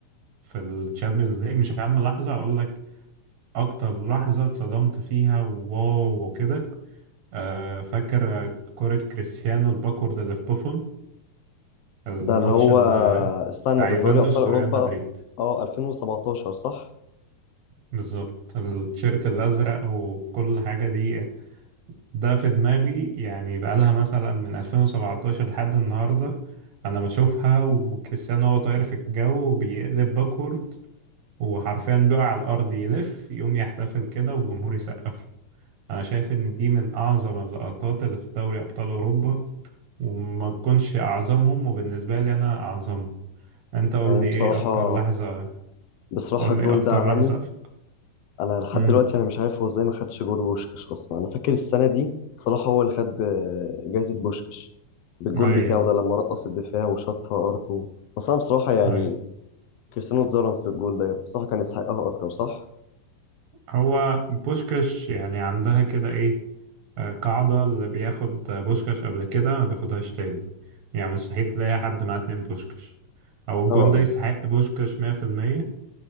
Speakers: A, on the right; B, on the left.
A: في الشامبيونز ليج مش اهم لحظة اقول لك اكتر لحظة اتصدمت فيها وواو وكده أه فاكر كرة كريستيانو الباكورد اللي في بوفون الماتش
B: ده اللي هو
A: ال-
B: استنى
A: بتاع
B: ده
A: يوفنتوس
B: في دوري ابطال اوروبا
A: وريال مدريد
B: اه 2017 صح
A: بالظبط التيشيرت الأزرق وكل حاجة دي ده في دماغي يعني بقالها مثلا من 2017 لحد النهاردة أنا بشوفها وكريستيانو هو طاير في الجو وبيقلب باكورد وحرفيا بيقع على الأرض يلف يقوم يحتفل كده والجمهور يسقف له. أنا شايف إن دي من أعظم اللقطات اللي في دوري أبطال أوروبا وما تكونش أعظمهم وبالنسبة لي أنا أعظمهم أنت قول
B: يعني
A: لي
B: بصراحه
A: إيه أكتر لحظة
B: بصراحه
A: قول
B: الجول
A: لي اكتر
B: ده عالمي
A: راح سقف
B: انا لحد
A: امم
B: دلوقتي انا مش عارف هو ازاي ما خدش جول بوشكش اصلا انا فاكر السنه دي صلاح هو اللي خد آه، جايزه بوشكش بالجول
A: اي
B: بتاعه ده لما رقص الدفاع وشاطها ارتو بس انا بصراحه يعني
A: اي
B: كريستيانو اتظلم في الجول ده بصراحه كان يستحقها اكتر صح
A: هو بوشكاش يعني عندها كده ايه آه، قاعدة اللي بياخد بوشكاش قبل كده ما بياخدهاش تاني يعني مستحيل تلاقي حد معاه اتنين بوشكاش او الجون
B: اه
A: ده يستحق بوشكاش 100%